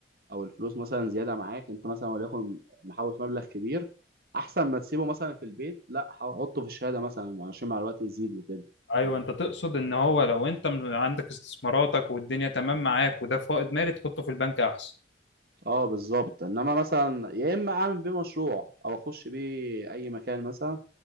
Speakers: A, on the right; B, on the left.
A: او الفلوس مثلا زياده معاك انت مثلا وليكن محوش مبلغ كبير احسن ما تسيبه مثلا في البيت لا حطه في الشهاده مثلا عشان مع الوقت يزيد وكده
B: أيوه أنت تقصد إن هو لو أنت من- عندك استثماراتك والدنيا تمام معاك وده فائض مالي تحطه في البنك أحسن
A: اه بالظبط انما مثلا يا اما اعمل بيه مشروع او اخش بيه اي مكان مثلا